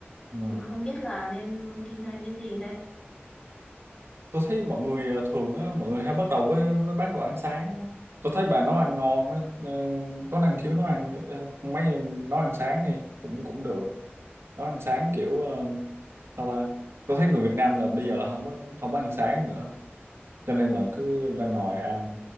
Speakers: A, on the right (about 75°); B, on the left (about 20°).
A: ừ.
B: nhưng mà không biết là nên kinh doanh cái gì đây.
A: tôi thấy mọi người ờ, thường á mọi người hay bắt đầu với với bán đồ ăn sáng á tôi thấy bà nấu ăn ngon á ờ, có năng khiếu nấu ăn ờ, không mấy nấu ăn sáng đi cũng cũng được nấu ăn sáng kiểu uh, sao ta tôi thấy người Việt Nam là bây giờ là không có không có ăn sáng nữa cho nên là cứ
B: Ừ.
A: ra ngoài ăn